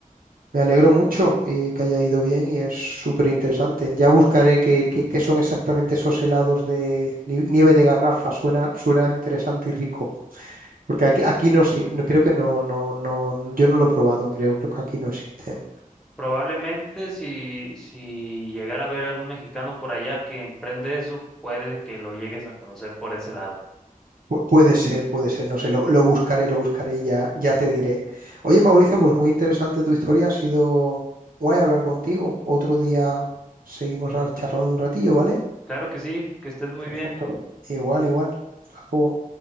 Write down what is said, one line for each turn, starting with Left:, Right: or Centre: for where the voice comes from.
Right: me alegro mucho eh, que haya ido bien y es súper interesante. Ya buscaré qué, qué- qué son exactamente esos helados de ni- nieve de garrafa. Suena, suena interesante y rico. Porque aquí, aquí no, sé, no creo que no, no, no, yo no lo he probado, creo, creo que aquí no existen.
Centre: Probablemente si, si llegara a ver algún mexicano por allá que emprende eso, puede que lo llegues a conocer por ese lado.
Right: Pu- puede ser, puede ser, no sé, lo, lo buscaré, lo buscaré y ya, ya te diré. Oye,
Centre: Perfecto.
Right: Mauricio, pues muy interesante tu historia, ha sido guay hablar contigo. Otro día seguimos a- charlando un ratillo, ¿vale?
Centre: Claro que sí, que estés muy
Right: Perfecto.
Centre: bien.
Right: Igual, igual. Hasta luego.